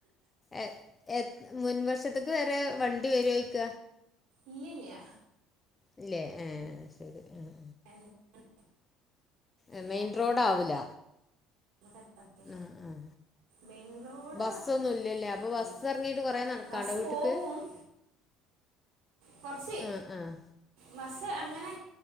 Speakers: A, on the left; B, on the right.
A: എ എത് മുൻവശത്ത്ക്ക് വരെ വണ്ടി വെരോയ്ക്ക
B: ഇല്ലില്ല്യ
A: ഇല്ലേ ഏഹ് ശരി ആഹ്
B: എന്താണ്
A: എ
B: ക്യാമറ
A: മെയിൻ റോഡാവൂല
B: കട്ടാക്കി.
A: അഹ് ആഹ്
B: മെയിൻ റോഡ്
A: ബസ്സൊന്നുല്ല്യല്ല അപ്പൊ
B: ആവില്ല
A: ബസ്സെറങ്ങീട്ട് കൊറേ നടക്കാണ്ടോ
B: ബസ്
A: വീട്ട്ക്ക്
B: പോവും കൊറച്ച്
A: ആഹ് ആഹ്
B: ബസ്സ്‌ അങ്ങനെ